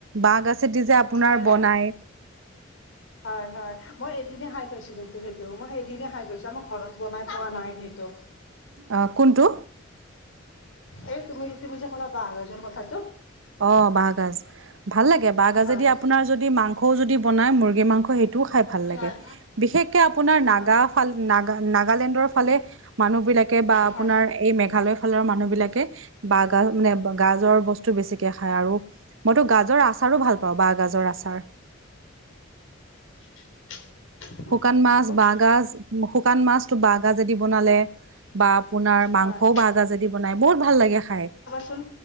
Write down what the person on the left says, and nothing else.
হয়
হয় হয় মই এদিনে খাই পাইছো বে। সেইটো সেইটো মই সেইদিনে খাই গৈছো আমাৰ ঘৰত বনাই পোৱা নাই সেইটো।
এই তুমি তুমি যে কলা বহগাজৰ কথাটো।
হয়
হয়
হয়
হয়
<unintelligible>
হয়
হয়
সোণ।